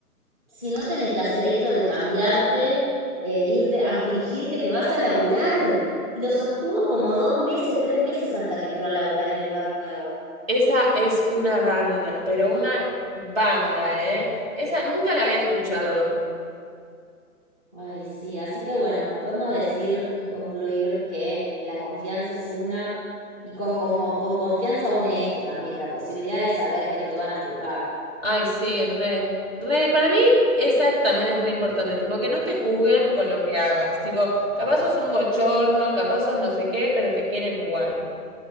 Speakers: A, on the right; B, on the right.
A: si no tenés que hacer esto de cambiarte, eh, irte a fingir que te vas a laburar. Y lo sostuvo como dos meses, tres meses hasta que entró a laburar en el lugar nuevo.
B: Esa es una banda, pero una banda, ¿eh? Esa nunca la había escuchado.
A: Ay, sí, así que bueno, podemos decir y concluir que la confianza es una, y con, con, con, con confianza une esto también, la posibilidad de saber que no te van a juzgar.
B: Ay, sí, re. Re, para mí esa también es re importante, tipo, que no te juzguen con lo que hagas, tipo, capaz sos un bochorno, capaz sos no sé qué, pero te quieren igual.